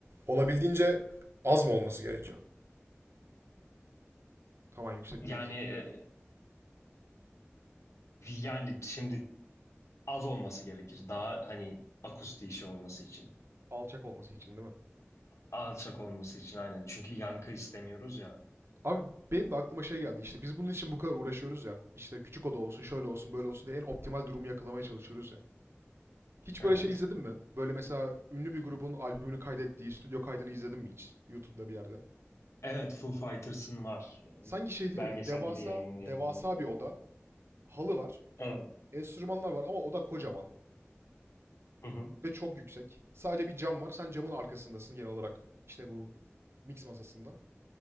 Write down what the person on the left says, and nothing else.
Yani e, yani şimdi az olması gerekir. Daha hani akustik işi olması için.
Alçak olması için aynen. Çünkü yankı istemiyoruz ya.
Evet.
Evet, Foo Fighters'ın var.
Belgesel
gibi yayın,
yayınladıkları.
Evet.
Hı hı.